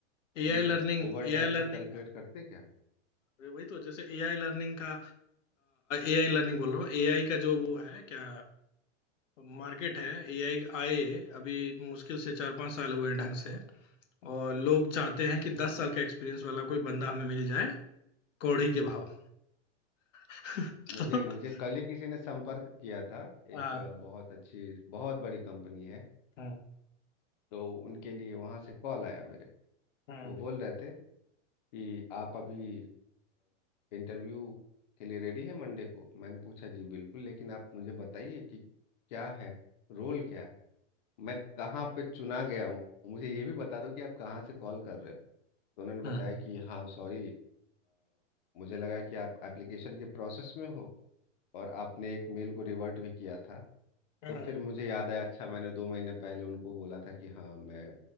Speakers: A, on the left (about 40°); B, on the left (about 85°).
A: कि
B: एआई लर्निंग
A: ओवर
B: एआई
A: टाइम
B: लर्निंग
A: को कैलकुलेट करते क्या
B: वही तो जैसे एआई लर्निंग का एआई लर्निंग बोल रहा हूँ एआई का जो वो है क्या मार्केट है एआई आए अभी मुश्किल से चार पांच साल हुए हैं ढंग से और लोग चाहते हैं कि दस साल का एक्सपीरियंस वाला कोई बंदा हमें मिल जाए कौड़ी के भाव <laughs>
A: मुझे मुझे कल ही किसी ने संपर्क किया था
B: हाँ
A: एक अ, बहुत अच्छी बहुत बड़ी कंपनी है
B: हाँ
A: तो उनके लिए वहां से कॉल आया मेरे को।
B: हाँ
A: वो बोल रहे थे कि आप अभी इंटरव्यू के लिए रेडी है मंडे को मैंने पूछा जी बिल्कुल लेकिन आप मुझे बताइए कि क्या है रोल क्या है मैं कहाँ पे चुना गया हूँ मुझे ये भी बता दो कि आप कहाँ से कॉल कर रहे हो तो उन्होंने बताया
B: हाँ
A: कि हाँ सॉरी मुझे लगा कि आप एप्लीकेशन के प्रोसेस में हो और आपने एक मेल को रिवर्ट भी किया था
B: हाँ
A: तो फिर मुझे याद आया अच्छा मैंने दो महीने पहले उनको बोला था कि हाँ मैं